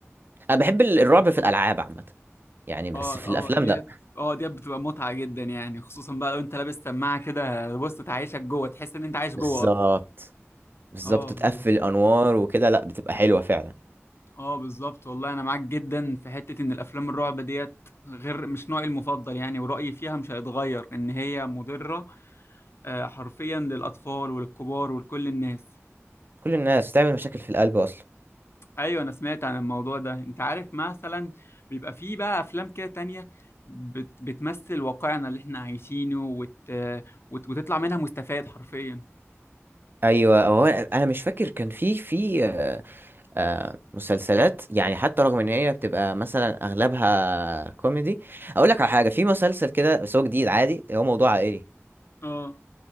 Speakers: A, on the right (about 45°); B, on the left (about 55°).
A: انا بحب ال- الرعب في الالعاب عامه يعني بس
B: اه
A: في الافلام
B: اه ديت
A: لا
B: اه ديت بتبقى متعة جدا يعني خصوصا بقى لو انت لابس سماعة كده بص تعيشك جوه تحس ان انت عايش
A: بالظبط
B: جوه اصلا
A: بالظبط
B: اه
A: تقفل
B: والله
A: انوار وكده لا بتبقى حلوه فعلا
B: اه بالظبط والله انا معاك جدا في حتة ان الافلام الرعب ديت غير مش نوعي المفضل يعني ورأيي فيها مش هيتغير ان هي مضرة آه، حرفيا للاطفال وللكبار ولكل الناس
A: كل الناس تعمل مشاكل في القلب اصلا
B: ايوه انا سمعت عن الموضوع ده انت عارف مثلا بيبقى فيه بقى افلام كده تانية بت... بتمثل واقعنا اللي احنا عايشينه وت... وت... وتطلع منها مستفاد حرفيا
A: ايوه هو انا أنا مش فاكر كان في في آه، آه، مسلسلات يعني حتى رغم ان هي بتبقى مثلا اغلبها كوميدي اقول لك على حاجه في مسلسل كده بس هو جديد عادي هو موضوع عائلي
B: اه